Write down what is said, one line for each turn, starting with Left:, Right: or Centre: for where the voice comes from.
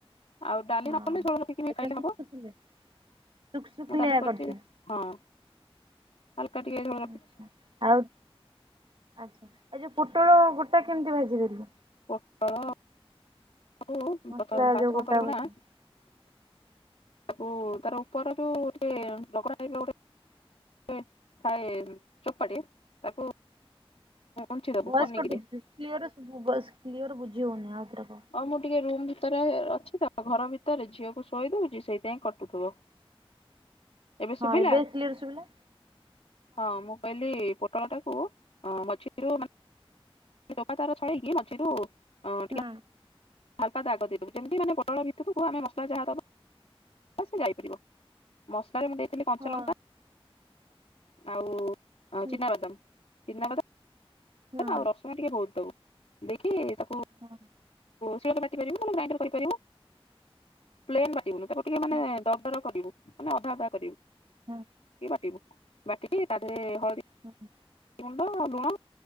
Left: ଆଉ ଡାଲି
Right: ହଁ
Left: ନ କଲେ ଝୋଳ ରଖିକି
Right: ଆଚ୍ଛା
Left: ଖାଇଲେ
Right: ଶୁଖୁଥିଲେ
Left: ହବ
Right: ଶୁଖ ଶୁଖିଲିଆ
Left: ମୁଁ ଡାଲି କରିଛି।
Right: କରିଛୁ
Left: ହଁ। ହାଲକା ଟିକେ ଝୋ
Right: ଆଚ୍ଛା ଆଉ ଆଚ୍ଛା ଆ ଯୋଉ ପୋଟଳ ଗୋଟା କେମିତି ଭାଜି ପାରିବା?
Left: ପୋଟଳ କୁ
Right: ମସଲା
Left: ତ ଫାଷ୍ଟ
Right: ଯୋଉ
Left: କଣ
Right: ଗୋଟା
Left: କରିବୁ
Right: ଭାଜି
Left: ନା <unintelligible> ଏ ଥାଏ ଚପାଟିଏ ତାକୁ ଉଁଛି ଦବୁ
Right: ଭୟସ୍
Left: ପନିକିରେ
Right: କଟୁଛି <unintelligible> କ୍ଲିୟର ବୁଝି ହଉନି ଆଉଥରେ କହ।
Left: ଆଉ ମୁଁ ଟିକେ ରୁମ୍ ଭି ତରେ ଅଛି ତ ଘର ଭିତରେ ଝିଅକୁ ଶୋଇ ଦଉଛି ସେଇଥିପାଇଁ କଟୁଥିବ। ଏବେ ଶୁବିଲା
Right: ହଁ କ୍ଲିୟର ଶୁଭିଲା
Left: ହଁ ମୁଁ। କହିଲି ପୋଟଳଟାକୁ ଅ ମଝିରୁ ମାନ ଚୋପା ତାର ଛାଡ଼େଇକି ମଝିରୁ ଅଁ ଟିକେ
Right: ହୁଁ।
Left: ହାଲକା ଦାଗ ଦେଇଦେବୁ ଯେମିତି ମାନେ ପୋଟଳ ଭିତରକୁ ଆମେ ମସଲା ଯାହା ଦେବା ସେ ଯାଇଥିବ। ମସଲାରେ ମୁଁ ଦେଇଥିଲି କଞ୍ଚଲଙ୍କା
Right: ହଁ
Left: ଆଉ ଆଉ
Right: ହୁଁ
Left: ଚିନାବାଦମ୍ ଚିନାବାଦମ୍
Right: ହୁଁ
Left: ଆଉ ରସ୍ <unintelligible> ଦେଇକି ତାକୁ
Right: ହଁ।
Left: ଶିଳ ରେ ବାଟି ପାରିବୁ ଗ୍ରାଇଣ୍ଡର୍ କରିପାରିବୁ ପ୍ଲେନ୍ ବାଟିବୁନୁ ତାକୁ ଟିକେ ମାନେ
Right: ହୁଁ
Left: ଦର ଦର କରିବୁ। ମାନେ ଅଧା ଅଧା କରିବୁ
Right: ହୁଁ
Left: କିଏ ବାଟିବୁ ବାଟିକି ତା ଦେହରେ ହଳଦୀ
Right: ହୁଁ ହୁଁ।
Left: ଗୁଣ୍ଡ ଆଉ ଲୁଣ